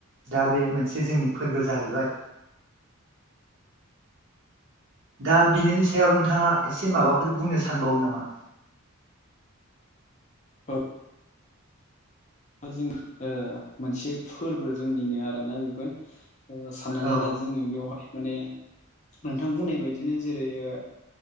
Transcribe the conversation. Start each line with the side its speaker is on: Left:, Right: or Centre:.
Right: दा बे मोनसे जोंनि फोरबो जाहैबाय दा बिनिनो सायाव नोंथाङा एसे माबाफोर बुंनो सानबावो नामा?
Left: औ जों ओ मोनसे फोरबो जोंनिनो आरोना बेबो। ओ साननानै
Right: औ
Left: ला जोङो बेवहाय माने नोंथां बुंनाय बायदिनो जेरै ओ